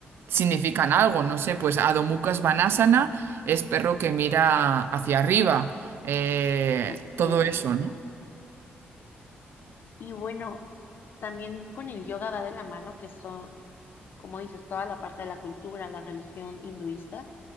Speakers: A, on the right; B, on the left.
A: significan algo, no sé, pues Adho Mukha Svanasana es perro que mira hacia arriba, eh,
B: Ok,
A: todo eso, ¿no?
B: Y bueno, también con el yoga va de la mano que son, como dices, toda la parte de la cultura, la religión hinduista